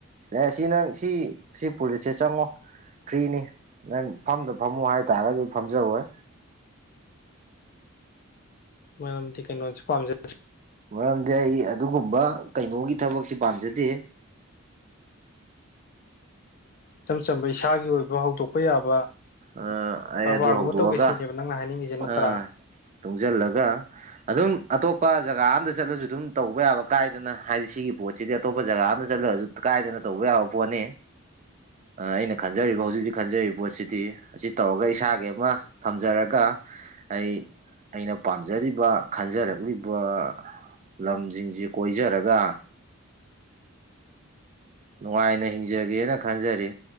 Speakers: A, on the right; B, on the left.
A: ꯑꯦ ꯁꯤ ꯅꯪ ꯁꯤ ꯁꯤ ꯄꯨꯂꯤꯁꯁꯦ ꯆꯪꯉꯣ ꯐ꯭ꯔꯤꯅꯤ ꯅꯪ ꯐꯝꯗ ꯐꯝꯃꯨ ꯍꯥꯏꯇꯥꯔꯒꯁꯨ ꯐꯝꯖꯔꯣꯏ
B: ꯃꯔꯝꯗꯤ ꯀꯩꯅꯣ ꯄꯥꯝꯖꯗꯔꯦ
A: ꯃꯔꯝꯗꯤ ꯑꯩ ꯑꯗꯨꯒꯨꯝꯕ ꯀꯩꯅꯣꯒꯤ ꯊꯕꯛꯁꯤ ꯄꯥꯝꯖꯗꯦ
B: ꯏꯆꯝ ꯆꯝꯕ ꯏꯁꯥꯒꯤ ꯑꯣꯏꯕ ꯍꯧꯗꯣꯛꯄ ꯌꯥꯕ
A: ꯑ ꯑꯩ
B: ꯀꯔꯕꯥꯔꯒꯨꯝꯕ
A: ꯑꯗꯨ ꯍꯧꯗꯣꯛꯑꯒ
B: ꯇꯧꯒꯦ ꯁꯤꯅꯦꯕ ꯅꯪꯅ ꯍꯥꯏꯅꯤꯡꯉꯤꯁꯦ ꯅꯠꯇ꯭ꯔꯥ
A: ꯑꯥ ꯇꯨꯡꯁꯤꯜꯂꯒ ꯑꯗꯨꯝ ꯑꯇꯣꯞꯄ ꯖꯒꯥ ꯑꯃꯝꯗ ꯆꯠꯂꯁꯨ ꯑꯗꯨꯝ ꯇꯧꯕ ꯌꯥꯕ ꯀꯥꯏꯗꯅ ꯍꯥꯏꯗꯤ ꯁꯤꯒꯤ ꯄꯣꯠꯁꯤꯗꯤ ꯑꯇꯣꯞꯄ ꯖꯒꯥ ꯑꯃꯗ ꯆꯠꯂꯁꯨ ꯀꯥꯏꯗꯅ ꯇꯧꯕ ꯌꯥꯕ ꯄꯣꯠꯅꯤ ꯑꯩꯅ ꯈꯟꯖꯔꯤꯕ ꯍꯧꯖꯤꯛ ꯍꯧꯖꯤꯛ ꯈꯟꯖꯔꯤꯕ ꯄꯣꯠꯁꯤꯗꯤ ꯑꯁꯤ ꯇꯧꯔꯒ ꯏꯁꯥꯒꯤ ꯑꯃ ꯊꯝꯖꯔꯒ ꯑꯩ ꯑꯩꯅ ꯄꯥꯝꯖꯔꯤꯕ ꯈꯟꯖꯔꯛꯂꯤꯕ ꯂꯝꯁꯤꯡꯁꯤ ꯀꯣꯏꯖꯔꯒ ꯅꯨꯡꯉꯥꯏꯅ ꯍꯤꯡꯖꯒꯦꯅ ꯈꯟꯖꯔꯤ